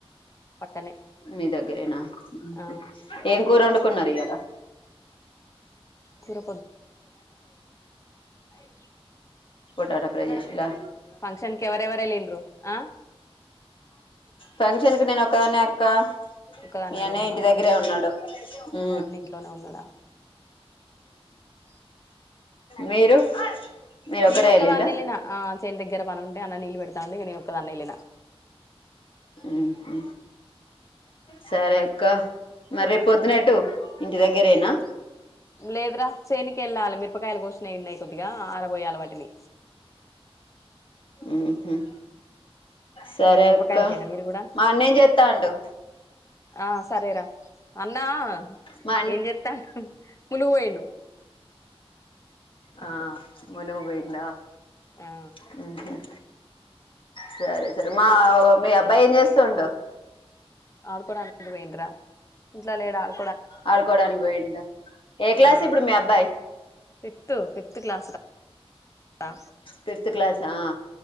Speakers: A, on the left; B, on the left.
A: పక్కనే
B: మీ దగ్గరేనా మ్మ్
A: ఆ
B: హ్మ్ ఏం కూరు వండుకున్నారు ఇయాళ,
A: కూర థాంక్యూ
B: పొటాటో ఫ్రై చేషిలా
A: ఫంక్షన్ కి ఎవరెవరు వెల్లిండ్రు ఆ నా <unintelligible>
B: ఫంక్షన్ కి నేను ఒక్కదాన్నే అక్క
A: ఒక్కదాని
B: మీ
A: వెళ్ళినవా
B: ఆన్నయ్య ఇంటి దగ్గరే ఉన్నాడు ఊ
A: ఆహా అన్న ఇంట్లోనే ఉన్నాడా
B: మీరు మీరు
A: నేను
B: ఒక్కరే
A: ఒక్కదాన్నెళ్ళినా
B: ఎల్లిల్లా
A: ఆ చేను దగ్గర పనుంటే అన్న న్నీళ్ళు పెడత్ తాందికు నేను ఒక్కదాన్నే ఎల్లిన
B: ఊహూ సరే క మరి రేపు పొద్దున ఎటు ఇంటి దగ్గరేనా
A: లేదురా చేనికి ఎళ్ళాలి మిరపకాయలు కొసినయి ఉన్నయి కొద్దిగా ఆరబోయాలి వాటిని.
B: హుహ్ సరే
A: మీరు మిరపకాయలకేనా
B: అక్కా.
A: మీరు కూడా
B: మాన్నెం చెత్తాండు.
A: ఆ సరేరా. అన్నా
B: మా
A: ఎం చెత్తాండు. ములుగు పోయిండు.
B: అ ఆ ములుగు పోయిండా
A: ఆ
B: హుహ్ సరే సరే మావో మీ అబ్బాయి ఏం చేస్తుండు
A: ఆడుకోవడానికి పోయిండ్రా ఇంట్లో లేడు ఆడు
B: ఆడుకోడానికి పోయిండా ఏ క్లాస్
A: ఆ
B: ఇప్పుడు మీ అబ్బాయి
A: ఫిఫ్త్ ఫిఫ్త్ క్లాస్ రా
B: ఫిఫ్త్ క్లాస్ ఆ